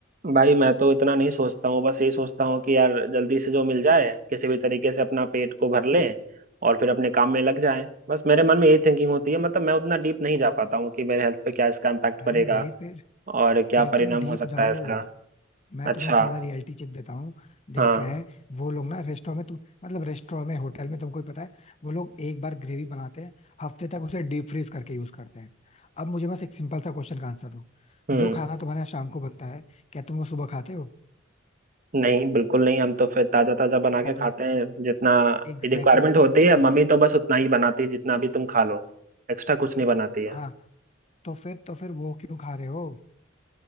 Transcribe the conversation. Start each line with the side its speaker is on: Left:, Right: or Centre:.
Right: भाई मैं तो इतना नहीं सोचता हूँ बस यही सोचता हूँ कि यार जल्दी से जो मिल जाए किसी भी तरीके से अपना पेट को भर ले और फिर अपने काम में लग जाए बस मेरे मन में यही थिंकिंग होती है मतलब मैं उतना डीप नहीं जा पाता हूँ कि मेरे हेल्थ पे क्या इसका इम्पैक्ट
Left: अरे
Right: पड़ेगा
Left: भाई फिर
Right: और क्या
Left: फिर
Right: परिणाम
Left: तुम डीप
Right: हो सकता
Left: जाओ
Right: है इसका
Left: मैं
Right: अच्छा
Left: तुम्हें थोड़ा रियलिटी चेक देता हूँ देखो
Right: हाँ
Left: क्या है वो लोग ना रेस्टोरेंट में तुम मतलब रेस्टोरेंट में होटल में तुमको ही पता है वो लोग एक बार ग्रेवी बनाते हैं हफ्ते तक उसे डीप फ्रीज करके यूज करते हैं अब मुझे बस एक सिंपल सा क्वेश्चन का आंसर दो
Right: हम्म
Left: जो खाना तुम्हारे यहाँ शाम को बनता है क्या तुम वो सुबह खाते हो
Right: नहीं बिल्कुल नहीं हम तो फिर ताजा ताजा बना
Left: नहीं
Right: के
Left: खाते
Right: खाते हैं जितना
Left: Exactly
Right: रिक्वायरमेंट
Left: exactly.
Right: होती है
Left: तो
Right: मम्मी तो बस उतना ही बनाती है जितना भी तुम खा लो एक्स्ट्रा कुछ नहीं बनाती है
Left: हाँ तो फिर तो फिर वो क्यों खा रहे हो